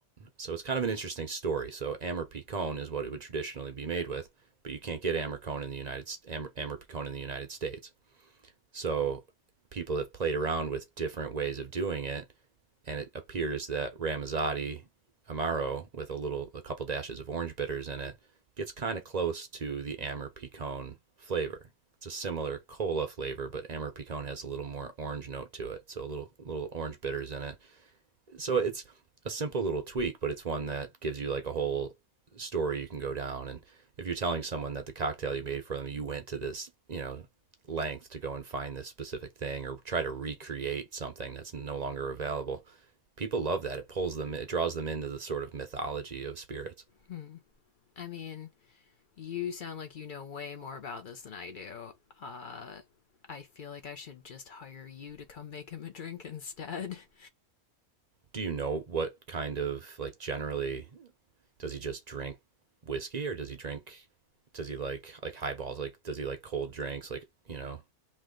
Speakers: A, on the right (about 40°); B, on the left (about 45°).
A: So it's kind of an interesting story. So Amber is what it would traditionally be made with, but you can't get Amber in the United Amber, Amber in the United States. So people have played around with different ways of doing it, and it appears that Ramazzotti Amaro with a little, a couple dashes of orange bitters in it gets kind of close to the Amber Picon flavor. It's a similar cola flavor, but Amber Picon has a little more orange note to it, so a little little orange bitters in it so it's a simple little tweak, but it's one that gives you like a whole story you can go down. And if you're telling someone that the cocktail you made for them, you went to this, you know, length to go and find this specific thing or try to recreate something that's no longer available, people love that. It pulls them, it draws them into the sort of mythology of spirits.
B: Hmm. I mean, you sound like you know way more about this than I do. Uh, I feel like I should just hire you to come make him a drink instead. <laughs>
A: Do you know what kind of like generally does he just drink whiskey or does he drink does he like like highballs like does he like cold drinks like you know